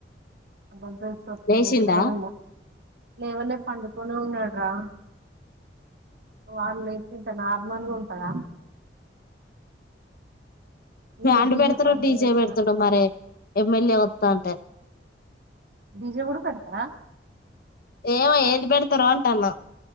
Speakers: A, on the right; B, on the left.
A: అ అ సత్తరి
B: లేచిండా
A: ఎట్లా నో ఏమో లేవలే పండుకొనే ఉన్నాడు రా వాళ్లే ఇంత నార్మల్ గా ఉంటద ఇల్లు
B: బ్యాండ్
A: బీగి
B: పెడతాడో
A: పంట
B: డీజే
A: చేస్తాడు
B: పెడతాడో మరి ఎమ్మెల్యే స్టంట్
A: డిజే కూడా పెడతారా
B: ఏమో ఏది పెడతారో అంటున్న